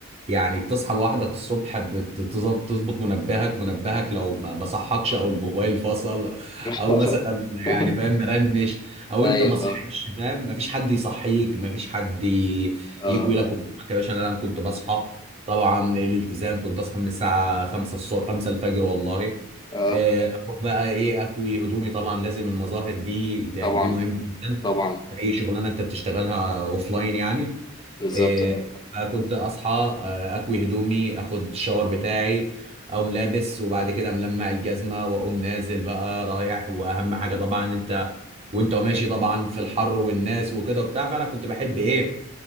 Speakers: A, on the right (about 30°); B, on the left (about 20°).
A: يعني بتصحى لوحدك الصبح بتظبط تظبط منبهك منبهك لو ما ما صحكش او الموبايل فصل
B: <laughs>
A: او مثلا يعني فاهم مرنش او
B: ايوه
A: انت ما صحيتش
B: اه
A: فاهم ما فيش حد يصحيك ما فيش حد ي-
B: اه
A: يكوي لك قدامك يا باشا انا أنا كنت بصحى طبعا الالتزام كنت اصحى من الساعه 5 الصبح 5 الفجر والله
B: اه
A: آه، اروح بقى ايه اكوي هدومي طبعا لازم المظاهر دي دي, يعني
B: طبعا
A: دي مهمه جدا
B: طبعا
A: في اي شغلانه انت بتشتغلها اوف لاين يعني
B: بالظبط
A: آه،
B: اه
A: فكنت اصحى آه، آه، اكوي هدومي اخد الشاور بتاعي اقوم لابس وبعد كده ملمع الجزمه واقوم نازل بقى رايح واهم حاجه طبعا إن انت وانت ماشي طبعا في الحر والناس وكده وبتاع فانا كنت بحب ايه